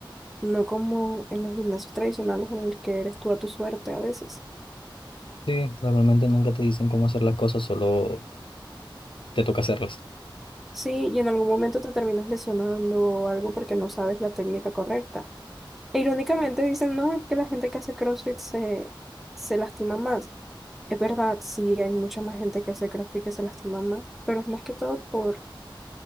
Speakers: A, in the centre; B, on the left.
A: no como en los gimnasios tradicionales en el que eres tú a tu suerte a veces.
B: Sí, normalmente nunca te dicen cómo hacer las cosas, solo te toca hacerlas.
A: Sí, y en algún momento te terminas lesionando o algo porque no sabes la técnica correcta. E irónicamente dicen, no, es que la gente que hace CrossFit se, se lastima más. Es verdad, sí, hay mucha más gente que hace CrossFit que se lastima más, pero es más que todo por,